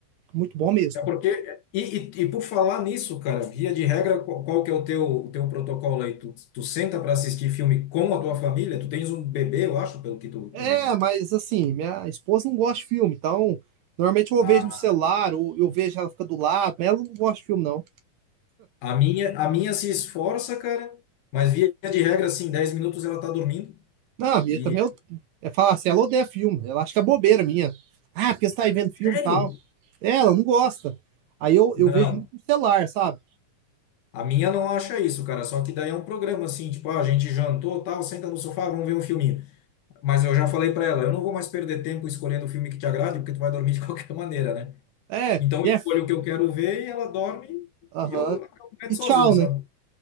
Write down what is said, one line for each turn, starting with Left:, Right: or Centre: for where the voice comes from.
Right: Muito bom mesmo.
Left: é porque e, e, e por falar nisso, cara, via de regra, qual, qual que é o teu, o teu protocolo aí? Tu, tu senta para assistir filme com a tua família? Tu tens um bebê, eu acho, pelo que tu
Right: É,
Left: me, me-
Right: mas assim, minha esposa não gosta de filme, então normalmente eu
Left: a,
Right: vejo no celular, ou eu vejo ela fica do lado, mas ela não gosta de filme, não.
Left: a minha a minha se esforça, cara, mas via de regra assim, 10 minutos ela tá dormindo.
Right: Não, a minha
Left: E
Right: também eu, é falar assim, ela odeia filme, ela acha que é bobeira minha. Ah, porque você tá aí vendo filme
Left: sério?
Right: e tal. É, ela não gosta. Aí eu,
Left: Não.
Right: eu vejo muito no celular, sabe?
Left: A minha não acha isso, cara. Só que daí é um programa assim, tipo, ah, a gente jantou, tal, senta no sofá, vamos ver um filminho. Mas eu já falei para ela, eu não vou mais perder tempo escolhendo o filme que te agrade, porque tu vai dormir de <laughs> qualquer maneira, né?
Right: É,
Left: Então eu
Right: yeah,
Left: escolho o que eu quero ver e ela dorme
Right: aham,
Left: e eu acabo vendo
Right: e
Left: sozinho,
Right: tchau,
Left: sabe?
Right: né?